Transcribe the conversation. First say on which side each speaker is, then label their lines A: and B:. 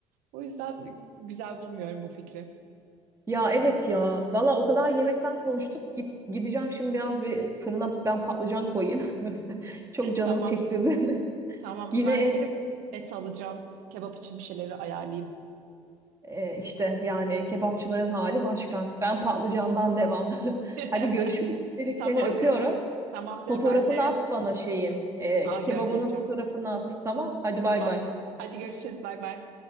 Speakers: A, on the right (about 65°); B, on the right (about 20°).
A: O yüzden güzel bulmuyorum bu fikri.
B: Ya evet ya. Valla o kadar yemekten konuştuk. Git, gideceğim şimdi biraz bir fırına ben patlıcan koyayım. <laughs> Çok canımı
A: Tamam.
B: çektirdin.
A: Tamamdır.
B: <laughs> Yine
A: Ben
B: en,
A: de gidip et alacağım. Kebap için bir şeyleri ayarlayayım.
B: e, işte yani kebapçıların hali başka. Ben patlıcandan devam. <laughs>
A: <laughs>
B: Hadi görüşürüz. Dedik
A: Tamamdır.
B: seni öpüyorum.
A: Tamamdır.
B: Fotoğrafını
A: Ben de
B: at bana şeyin. E,
A: a
B: kebabının
A: göndereceğim.
B: fotoğrafını at. Tamam. Hadi bay
A: Tamam.
B: bay.
A: Hadi görüşürüz. Bay bay.